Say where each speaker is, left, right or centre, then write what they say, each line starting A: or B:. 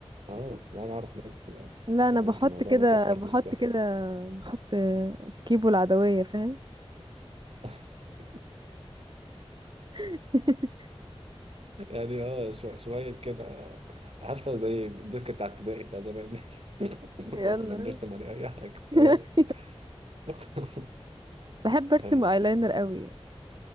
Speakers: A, on the right (about 65°); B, on the right (about 45°).
A: آه أنا أعرف ناس آه،
B: لا
A: شغالين
B: انا بحط
A: في موضوع
B: كده
A: ميك اب أرتست
B: بحط
A: ده
B: كده بحط كيبو العدوية فاهم
A: <laughs>
B: <laughs>
A: يعني آه شو- شوية كده آه، عارفة زي الديسك بتاع ابتدائي بتاع زمان <laughs>
B: يلا
A: هو كنا بنرسم عليه أي حاجة
B: <laughs>
A: آه <laughs>
B: بحب
A: هاي.
B: ارسم ايلاينر قوي